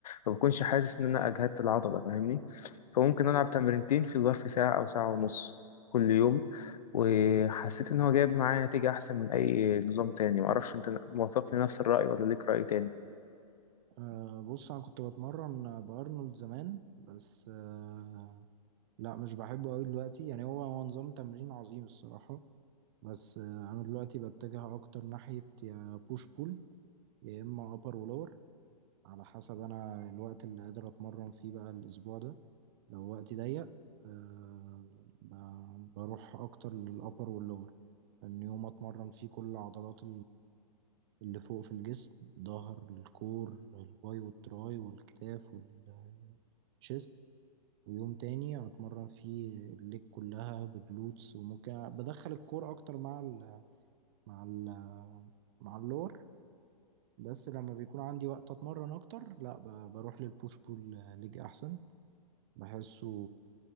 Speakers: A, on the left; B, on the right.
A: فبكونش حاسس إن أنا أجهدت العضلة فاهمني فممكن ألعب تمرينتين في ظرف ساعة أو ساعة ونص كل يوم وحسيت إن هو جايب معاه نتيجة أحسن من أي نظام تاني معرفش أنت موافقني نفس الرأي ولا ليك رأي تاني
B: أه بص انا كنت بتمرن بارنولد زمان بس أه لا مش بحبه قوي دلوقتي يعني هو هو نظام تمرين عظيم الصراحة بس أه انا دلوقتي بتجه اكتر ناحية يا بوش بول يا اما ابر ولور على حسب انا الوقت اللي قادر اتمرن فيه بقى الاسبوع ده لو وقتي ضيق أه ب- بروح اكتر للابر واللور ان يوم اتمرن فيه كل عضلات اللي فوق في الجسم ظهر الكور الباي والتراي والكتاف والشيست ويوم تاني هتمرن فيه الليج كلها بجلوتس وممكن بدخل الكور اكتر مع ال مع ال مع اللور بس لما بيكون عندي وقت اتمرن اكتر لا ب- بروح للبوش بول ليج احسن بحسه